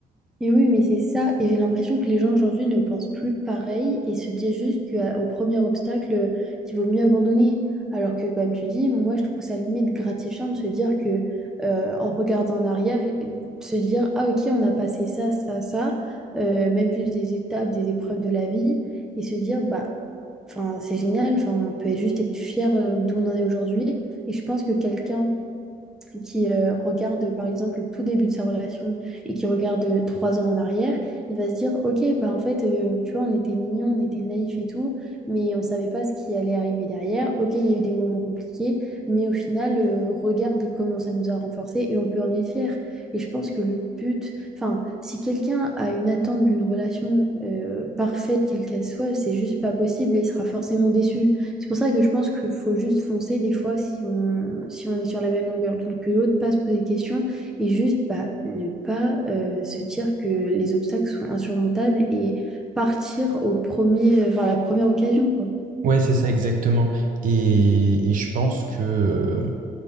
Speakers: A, in the centre; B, on the right (about 60°).
A: Et oui, mais c'est ça. Et j'ai l'impression que les gens aujourd'hui ne pensent plus pareil et se disent juste qu'au premier obstacle, euh, il vaut mieux abandonner. Alors que, comme tu dis, moi, je trouve ça limite gratifiant de se dire que, euh, en regardant en arrière, et- et de se dire, ah, ok, on a passé ça, ça, ça, euh, même juste des étapes, des épreuves de la vie, et se dire, bah, enfin, c'est génial, enfin, on peut juste être fier euh, d'où on en est aujourd'hui. Et je pense que quelqu'un qui euh, regarde par exemple le tout début de sa relation et qui regarde euh, trois ans en arrière, il va se dire, ok, bah en fait, euh, tu vois, on était mignons, on était naïfs et tout, mais on savait pas ce qui allait arriver derrière. Ok, il y a eu des moments compliqués, mais au final, euh, regarde comment ça nous a renforcés et on peut en être fier. Et je pense que le but, enfin, si quelqu'un a une attente d'une relation euh, parfaite, quelle qu'elle soit, c'est juste pas possible et il sera forcément déçu. C'est pour ça que je pense qu'il faut juste foncer des fois si on, si on est sur la même longueur. Donc que l'autre passe poser des questions et juste bah, ne pas euh, se dire que les obstacles sont insurmontables et partir au premier, enfin, la première occasion, quoi.
B: Ouais, c'est ça exactement. Et, et je pense que, euh,